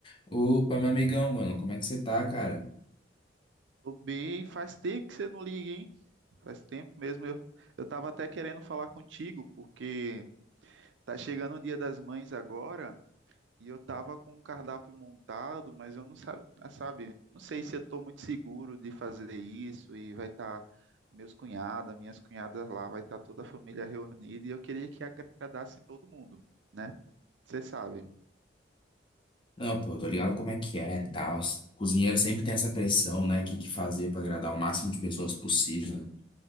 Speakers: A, on the left; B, on the right.
A: Opa, meu amigão, mano, como é que você tá, cara?
B: Tô bem, faz tempo que você não liga, hein? Faz tempo mesmo. Eu, eu tava até querendo falar contigo, porque tá chegando o Dia das Mães agora e eu tava com um cardápio montado, mas eu não sabe, sabe, não sei se eu tô muito seguro de fazer isso e vai estar meus cunhados, minhas cunhadas lá, vai estar toda a família reunida e eu queria que agradasse todo mundo, né? Você sabe.
A: Não, pô, eu tô ligado como é que é, tal. Cozinheiro sempre tem essa pressão, né? O que que fazer pra agradar o máximo de pessoas possível. né?